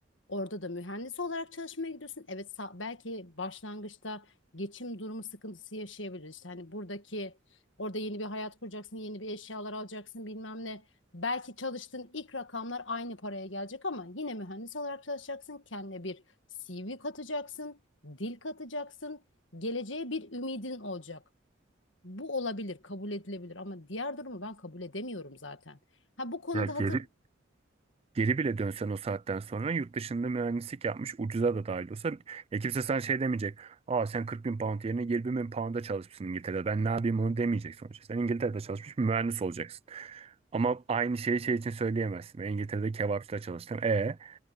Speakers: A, on the left; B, on the right.
A: Orada da mühendis olarak çalışmaya gidiyorsun. Evet sa- belki başlangıçta geçim durumu sıkıntısı yaşayabiliriz. İşte hani buradaki orada yeni bir hayat kuracaksın, yeni bir eşyalar alacaksın bilmem ne. Belki çalıştığın ilk rakamlar aynı paraya gelecek ama yine mühendis olarak çalışacaksın. Kendine bir CV katacaksın, dil katacaksın. Geleceğe bir ümidin olacak. Bu olabilir, kabul edilebilir ama diğer durumu ben kabul edemiyorum zaten. Ha bu konuda
B: Ya geri
A: hatır
B: Geri bile dönsen o saatten sonra yurt dışında mühendislik yapmış ucuza da dahil olsa ya kimse sana şey demeyecek. Aa sen 40 bin pound yerine 20 bin pound'a çalışmışsın İngiltere'de. Ben ne yapayım onu demeyecek sonuçta. Sen İngiltere'de çalışmış bir mühendis olacaksın. Ama aynı şeyi şey için söyleyemezsin. Ben İngiltere'de kebapçıda çalıştım. E